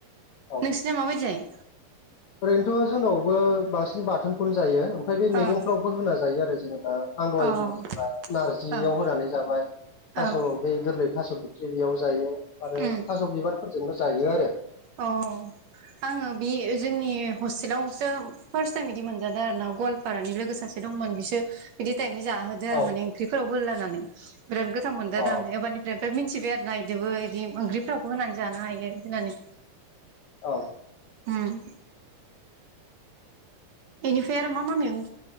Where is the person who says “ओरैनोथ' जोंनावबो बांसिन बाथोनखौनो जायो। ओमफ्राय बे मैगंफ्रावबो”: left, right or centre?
Left